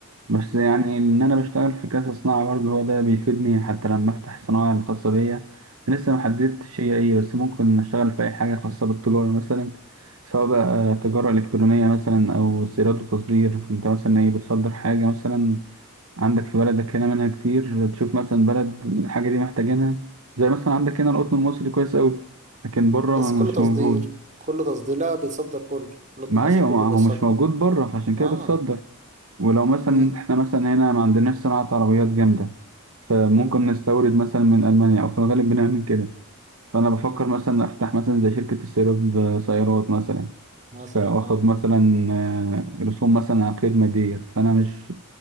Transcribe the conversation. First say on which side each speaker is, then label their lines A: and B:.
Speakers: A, on the right; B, on the right.
A: بس يعني إن أنا بشتغل في كذا صناعة برضه هو ده بيفيدني حتى لما أفتح الصناعة الخاصة بيا لسه محددتش هي إيه بس ممكن أشتغل في أي حاجة خاصة بالتجارة مثلا سواء بقى
B: مم.
A: تجارة إلكترونية مثلا أو استيراد وتصدير فأنت مثلا إيه بتصدر حاجة مثلا عندك في بلدك هنا منها كتير تشوف مثلا بلد الحاجة دي محتاجينها زي مثلا عندك هنا القطن المصري كويس أوي لكن بره
B: بس
A: ما-
B: كله
A: مش
B: تصدير
A: موجود
B: كله تصدير لا بيتصدر كله لوت
A: ما
B: مصر
A: أيوة،
B: كله
A: ما
B: بيتصدر
A: هو مش موجود بره فعشان كده
B: اه
A: بتصدر ولو مثلا
B: مم.
A: احنا مثلا هنا ما عندناش صناعة عربيات جامدة فممكن
B: مم.
A: نستورد مثلا من ألمانيا أو في الغالب بنعمل كده فأنا بفكر
B: مم.
A: مثلا أفتح مثلا زي شركة استيراد سيارات مثلا
B: مثلا
A: فآخد
B: اه
A: مثلا آه، رسوم مثلا على الخدمة ديت فأنا مش